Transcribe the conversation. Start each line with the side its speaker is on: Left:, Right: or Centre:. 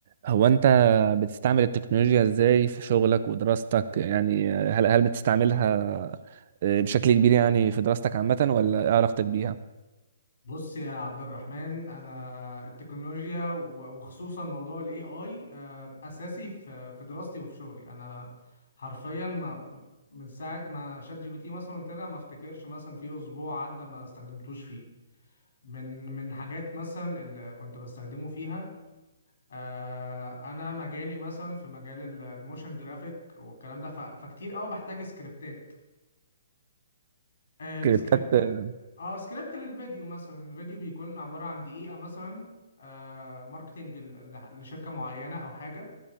Right: هو انت بتستعمل التكنولوجيا ازاي في شغلك ودراستك يعني هل هل بتستعملها آه، بشكل كبير يعني في دراستك عامة ولا ايه علاقتك بيها؟
Left: بص يا عبد الرحمن انا التكنولوجيا و- وخصوصا موضوع الاي اي اساسي في في دراستي وفي شغلي انا حرفيا ما من ساعه ما شات جي بي تي مثلا طلع ما افتكرش مثلا في اسبوع عدى ما استخدمتوش فيه من من حاجات مثلا اللي كنت بستخدمه فيها آه، انا مجالي مثلا في مجال ال- الموشن جرافيك والكلام ده ف- فكتير قوي بحتاج سكريبتات آه السكريبت
Right: سكريبتات آه،
Left: اه سكريبت للفيديو مثلا الفيديو بيكون عبارة عن دقيقة مثلا آه ماركتينج ل- ل- لشركة معينة او حاجة